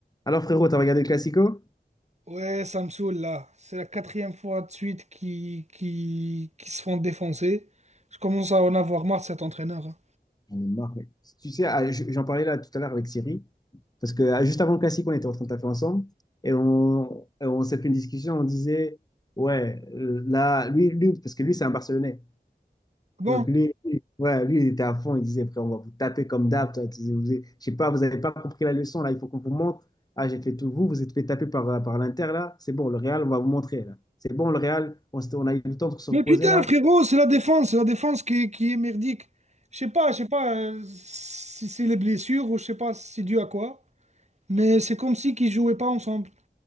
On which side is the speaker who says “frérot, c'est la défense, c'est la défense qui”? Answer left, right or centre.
Right